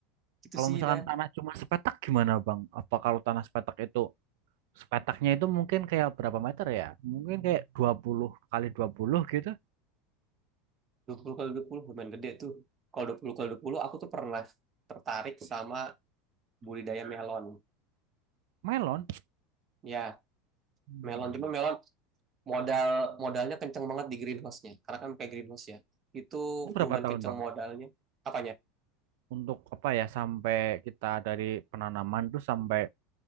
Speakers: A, on the right (about 30°); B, on the right (about 70°).
A: Gitu
B: Kalau
A: sih
B: misalkan
A: dah.
B: tanah cuma sepetak gimana Bang? Apa kalau tanah sepetak itu sepetaknya itu mungkin kayak berapa meter ya? Mungkin kayak 20 kali 20 gitu.
A: dua puluh kali 20 lumayan gede tuh. Kalau 20 kali 20, aku tuh pernah tertarik sama budidaya melon.
B: Melon.
A: Ya,
B: Hmm.
A: melon cuma melon modal modalnya kenceng banget di greenhouse-nya. Karena kan pakai greenhouse ya. Itu
B: Itu berapa
A: lumayan
B: tahun
A: kenceng
B: Bang?
A: modalnya. Apanya?
B: Untuk apa ya sampai kita dari penanaman tuh sampai